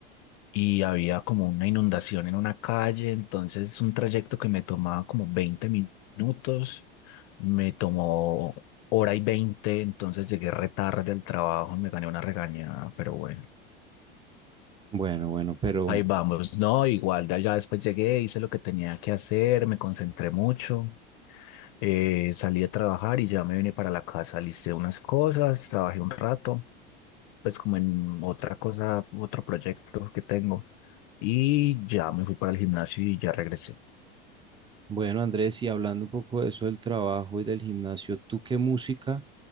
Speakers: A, on the left; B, on the right.
A: y había como una inundación en una calle, entonces un trayecto que me tomaba como 20 minutos, me tomó hora y veinte entonces llegué re tarde al trabajo y me gané una regañada, pero bueno.
B: Bueno, bueno, pero
A: Ahí vamos, no, igual, ya, ya después llegué, hice lo que tenía que hacer, me concentré mucho, eh, salí a trabajar y ya me vine para la casa, listé unas cosas, trabajé un rato, pues como en otra cosa, otro proyecto que tengo, y ya me fui para el gimnasio y ya regresé.
B: bueno, Andrés, y hablando un poco de eso del trabajo y del gimnasio, ¿tú qué música